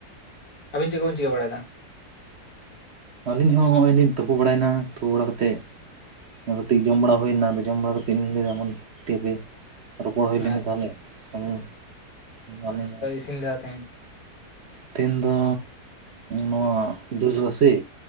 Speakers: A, on the left (about 65°); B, on the right (about 50°).
A: ᱟᱹᱵᱤᱱ ᱪᱮᱫ ᱠᱚᱵᱤᱱ ᱪᱤᱠᱟᱹ ᱵᱟᱲᱟᱭᱮᱫᱟ?
B: ᱟᱹᱞᱤᱧ ᱦᱚᱸ ᱱᱚᱜ ᱚᱭ ᱞᱤᱧ ᱛᱩᱯᱩ ᱵᱟᱲᱟᱭᱮᱱᱟ ᱛᱩᱯᱩ ᱵᱟᱲᱟ ᱠᱟᱛᱮᱫ ᱠᱟᱹᱴᱤᱡ ᱡᱚᱢ ᱵᱟᱲᱟ ᱦᱩᱭᱱᱟ ᱡᱚᱢ ᱵᱟᱲᱟ ᱠᱟᱛᱮ ᱤᱧ ᱞᱟᱹᱭᱫᱟ ᱢᱟᱱᱮ ᱴᱤᱯᱷᱤ ᱨᱚᱯᱚᱲ ᱦᱩᱭ ᱞᱮᱧ
A: ᱟᱪᱪᱷᱟ
B: ᱛᱟᱦᱚᱞᱮ ᱥᱢᱩ ᱟᱞᱤᱧ
A: ᱥᱤᱱ ᱞᱮᱫᱟᱛᱤᱧ
B: ᱫᱤᱱ ᱫᱚ ᱱᱚᱣᱟ ᱰᱟᱹᱞ ᱨᱟᱥᱤ